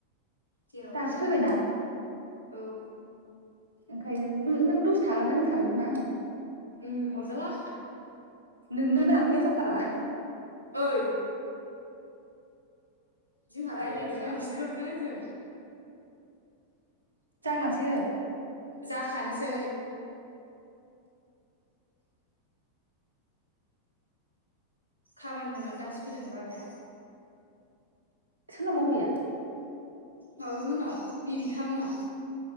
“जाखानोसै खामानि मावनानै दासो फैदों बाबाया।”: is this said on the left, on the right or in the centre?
Left